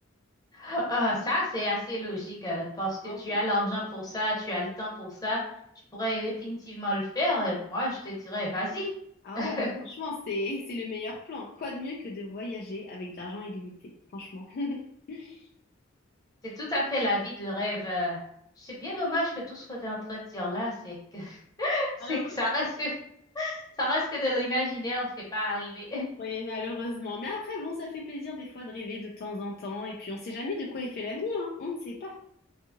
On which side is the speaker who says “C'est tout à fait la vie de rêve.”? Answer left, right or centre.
Left